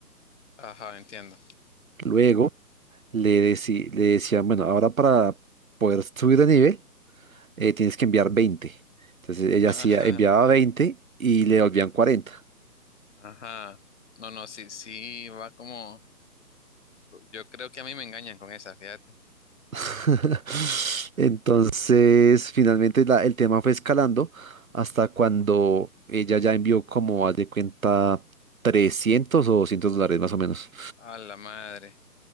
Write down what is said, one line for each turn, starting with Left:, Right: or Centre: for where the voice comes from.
Left: ajá, entiendo.
Right: Luego le, deci- le decían, bueno, ahora para poder subir de nivel, eh, tienes que enviar 20. Entonces ella
Left: Ajá,
Right: hacía, enviaba 20 y le volvían 40.
Left: ajá. No, no, sí, sí, va como, yo creo que a mí me engañan con esa, fíjate.
Right: <laughs> Entonces, finalmente la- el tema fue escalando hasta cuando ella ya envió como, haz de cuenta, 300 o 200 dólares más o menos.
Left: A la madre.